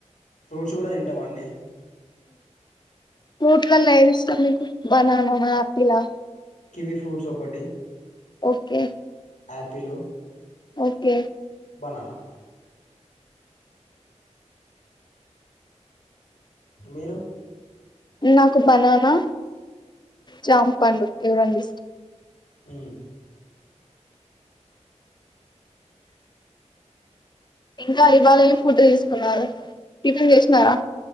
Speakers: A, on the left; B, on the left.
A: ఫ్రూట్స్ కూడా తింటామ్ అండి
B: ఫ్రూట్లల్లో ఏది ఇష్టం మీకు బనానా నా ఆపిలా
A: కివి ఫ్రూట్స్ ఒకటి
B: ఓకే
A: ఆపిల్
B: ఓకే
A: బనానా మీరు
B: నాకు బనానా జాంపండు ఇవి రెండు ఇష్టం
A: హ్మ్
B: ఇంకా ఇవాళ ఏమి ఫుడ్ తీసుకున్నారు టిఫిన్ చేసినారా